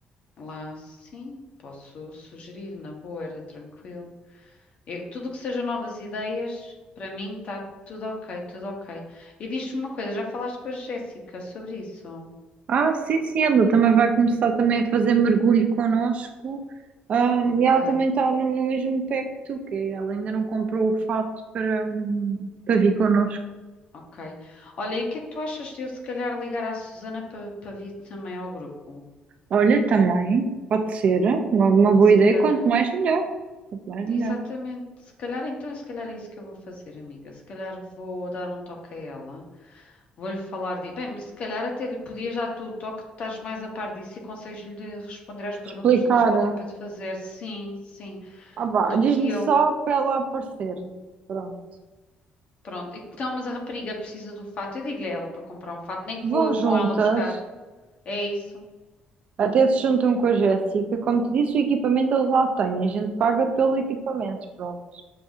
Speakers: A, on the left (about 45°); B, on the right (about 45°).
A: lá, sim, posso sugerir, na boa, era tranquilo. É, tudo o que seja novas ideias, para mim está tudo ok, tudo ok. E diz-me uma coisa, já falaste com a Jéssica sobre isso?
B: Ah, sim, sim, ela também vai começar também a fazer mergulho connosco. Ah, e
A: Ok.
B: ela também está no, no mesmo pé que tu, que ela ainda não comprou o fato para, hum, para vir connosco.
A: Ok. Olha, e o que é que tu achas de eu se calhar ligar à Susana para para vir também ao grupo?
B: Olha, também, pode ser uma, uma boa
A: Se
B: ideia,
A: calhar,
B: quanto
A: eh,
B: mais melhor. Quanto mais melhor.
A: exatamente. Se calhar então, se calhar é isso que eu vou fazer, amiga. Se calhar vou dar um toque a ela. Vou-lhe falar de. Bem, mas se calhar até lhe podias dar tu o toque, estás mais a par disso e consegues-lhe responder às perguntas
B: Explicar.
A: todas que ela tem para te fazer. Sim, sim,
B: Ah, vá,
A: do
B: diz-lhe
A: que eu.
B: só para ela aparecer. Pronto.
A: Pronto. Então, mas a rapariga precisa do fato. Eu digo-lhe a ela para comprar um fato, nem que
B: Vão
A: vou eu
B: juntas,
A: com ela buscar. É isso?
B: até se juntam com a Jéssica. Como te disse, o equipamento eles lá têm, a gente paga pelo equipamento, pronto.